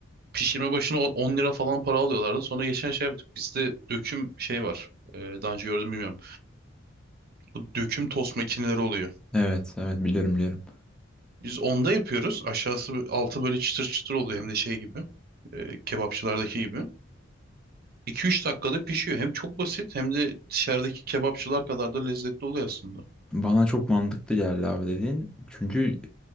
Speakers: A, on the right; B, in the centre.
A: pişirme başına o- 10 lira falan para alıyorlardı. Sonra geçen şey yaptık. Bizde döküm şey var. E, daha önce gördüm bilmiyorum. Bu döküm tost makineleri oluyor.
B: Evet, evet biliyorum biliyorum.
A: Biz onda yapıyoruz. Aşağısı altı böyle çıtır çıtır oluyor hem de şey gibi. e, kebapçılardaki gibi. 2 üç dakikada pişiyor. Hem çok basit hem de dışarıdaki kebapçılar kadar da lezzetli oluyor aslında.
B: Bana çok mantıklı geldi abi dediğin. Çünkü